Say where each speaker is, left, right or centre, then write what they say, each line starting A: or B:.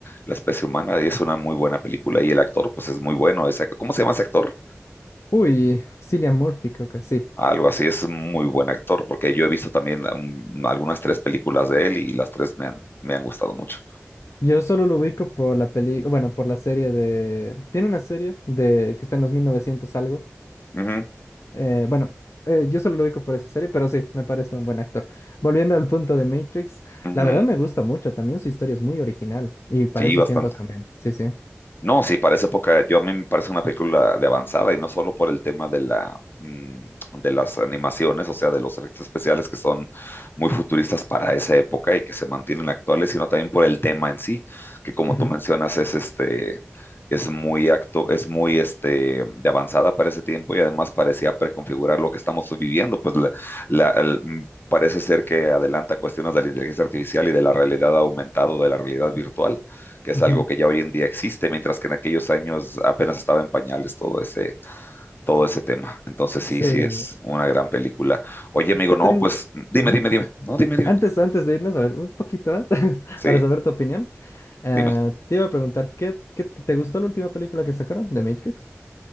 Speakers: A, on the left; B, on the left.
A: la especie humana y es una muy buena película y el actor pues es muy bueno. Ese, ¿cómo se llama ese actor?
B: Uy, Cillian Murphy, creo que sí.
A: Algo así, es muy buen actor porque yo he visto también um, algunas tres películas de él y las tres me han, me han gustado mucho.
B: Yo solo lo ubico por la peli, bueno, por la serie de. Tiene una serie de que está en los 1900 algo.
A: Ujú,
B: Eh, bueno, eh, yo solo lo ubico por esa serie, pero sí, me parece un buen actor. Volviendo al punto de Matrix,
A: ujú,
B: la verdad me gusta mucho. También su historia es muy original y para
A: Sí,
B: esos
A: bastante.
B: tiempos también. Sí, sí.
A: No, sí, para esa época yo a mí me parece una película de avanzada y no solo por el tema de la mm, de las animaciones, o sea, de los efectos especiales que son muy futuristas para esa época y que se mantienen actuales, sino también por el tema en sí, que como
B: Ujú,
A: tú mencionas es este es muy acto, es muy este de avanzada para ese tiempo y además parecía preconfigurar lo que estamos viviendo, pues la, la- el- mm, parece ser que adelanta cuestiones de la inteligencia artificial y de la realidad aumentada, o de la realidad virtual que es
B: ujú.
A: algo que ya hoy en día existe, mientras que en aquellos años apenas estaba en pañales todo ese, todo ese tema. Entonces sí,
B: Sí,
A: sí es una gran película. Oye, amigo,
B: te tengo...
A: no, pues dime,
B: ujú.
A: dime, dime. No, dime, dime.
B: Antes, antes de irnos, a ver, un poquito más, <laughs>
A: Sí,
B: para saber tu opinión, eh,
A: dime.
B: te iba a preguntar, ¿qué, qué te te gustó la última película que sacaron de Matrix?